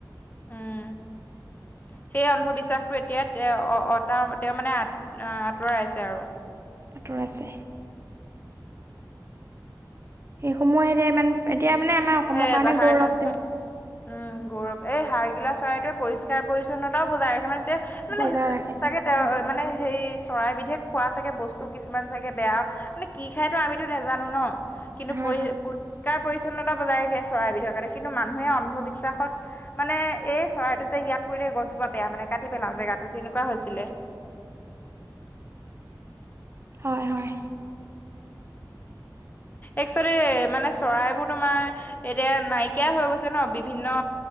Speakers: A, on the left (about 25°); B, on the right (about 35°).
A: উম <inaudible> সেই অন্ধবিশ্বাসটো এতিয়া তেওঁ অটা তেওঁ মানে আঁতৰাইছে আৰু।
B: আঁতৰাইছে। সেই সমূয়তে ইমান এতিয়া মানে আমাৰ অসমৰ
A: এ
B: কাৰণে
A: বাহাৰ
B: গৌৰৱ তেওঁ।
A: উম গৌৰৱ এই হাৰগিলা চৰাইটোৱে পৰিষ্কাৰ পৰিচ্ছন্নতাও বুজাই ৰাখে <unintelligible> তে মানে
B: বজাই ৰাখে
A: চাগে তেওঁ মানে সেই চৰাইবিধে খোৱা চাগে বস্তু কিছুমান চাগে বেয়া মানে কি খায়তো আমিতো নাজানো ন। কিন্তু
B: হয়
A: পৰি
B: হয়
A: পৰিষ্কাৰ পৰিচ্ছন্নতা বজাই ৰাখে চৰাইবিধৰ কাৰণে কিন্তু মানুহে অন্ধবিশ্বাসত মানে এই চৰাইটো যে ইয়াত পৰিলে গছ জোপা বেয়া মানে কাটি পেলাও জেগাতো তেনেকুৱা হৈছিলে।
B: হয় হয়।
A: একচোৱেলি মানে চৰাইবোৰ তোমাৰ এতিয়া নাইকিয়া হৈ গৈছে ন বিভিন্ন